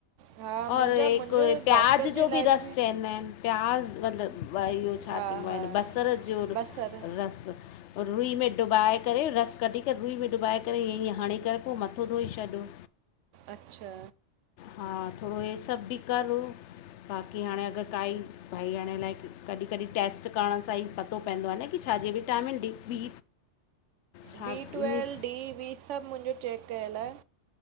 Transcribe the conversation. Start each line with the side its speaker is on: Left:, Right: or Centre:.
Right: हा मुंहिंजा
Left: और हिक
Right: मुंहिंजो
Left: प्याज
Right: डॉक्टर
Left: जो
Right: इलाज
Left: बि रस चवंदा आहिनि। प्याज़ मतलब इहो छा
Right: हा
Left: चइबो
Right: हा
Left: आहे। बसर जो
Right: बसर
Left: रस। ओ रुई में डुबाए करे रस कढी करे रुई में डुबाए करे ईअं ईीअं हणी करे पोइ मथो धोई छॾियो।
Right: अच्छा।
Left: हा थोरो हे सभ बि कर बाक़ी हाणे अगर काई। भई हाणे लाइ कॾहिं कॾहिं टेस्ट करण सां ई पतो पवंदो आ न की छाजे विटामिन डी बी छा
Right: बी ट्वेल्
Left: इन
Right: डी वी सभ मुंहिंजो चेक कयल आहे।